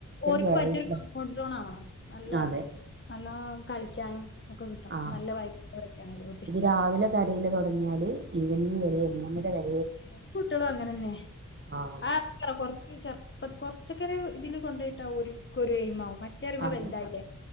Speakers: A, on the left; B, on the right.
A: ഓർക്ക്
B: കേറിയിട്ടില്ല
A: പറ്റിയരു കംഫോർട്ട് സോൺ ആവണം നല്ല
B: അതെ
A: നല്ല കളിക്കാനും ഒക്കെ കിട്ടണം
B: ആ
A: നല്ല വൈബുള്ളവരൊക്കെയാണെങ്കില് ഓർക്ക് ഇഷ്ടാ
B: ഇത് രാവിലെ കരയില് തുടങ്ങിയാല് ഈവനിങ് വരെ മൂന്നര വ
A: വറും കുട്ടികളും അങ്ങനെ തന്നെ
B: ആഹ്
A: ആ കൊറച്ച ചർ ഇപ്പൊ കൊറച്ചക്കറി ഇതില് കൊണ്ടപോയിട്ടാവ ഒരു ഒരു എയ്മാവും മറ്റേ അറിമ്മ
B: അതെ
A: വലുതായില്ലേ